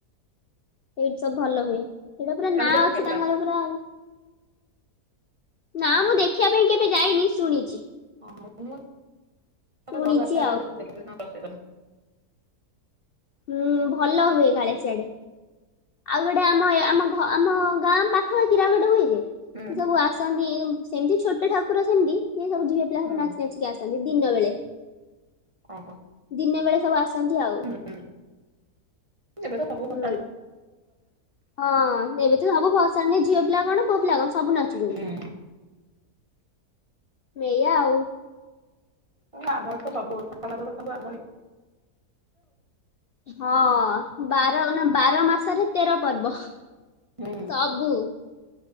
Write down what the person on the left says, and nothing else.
ସେଇଠି ସବୁ ଭଲ ହୁଏ। ଏଇଟା ପୁରା
ନାଁ
ଅଛି ତାଙ୍କର
ପୁରା ଆଉ ନା ମୁଁ ଦେଖିବା ପାଇଁ କେବେ ଯାଇନି ଶୁଣିଛି।
ଶୁଣିଛି
ଆଉ
ହୁଁ ଭଲ ହୁଏ କାଳି ସିଆଡେ। ଆଉ ଗୋଟେ ଆମ ଏ ଆମ ଘ ଆମ ଗାଁ ପାଖ କୀରା ଗୋଟେ ହୁଏ ଯେ
ସେ ସବୁ ଆସନ୍ତି। ସେମିତି ଛୋଟ ଠାକୁର ସେମିତି, ସିଏ ସବୁ ଝିଅ ପିଲା ସବୁ
ନାଚି ନାଚିକି ଆସନ୍ତି ଦିନ ବେଳେ।
ଦିନେ ବେଳେ ସବୁ ଆସନ୍ତି ଆଉ।
ହୁଁ ହଁ ଏବେ ତ ସବୁ ଭଶାଣିରେ ଝିଅ ପିଲା କଣ ପୁଅ ପିଲା କଣ ସବୁ ନାଚୁଚନ୍ତି।
ଏଇଆ ଆଉ।
ହଁ ବାର ନା ବାର ମାସରେ ତେର ପର୍ବ। ସବୁ।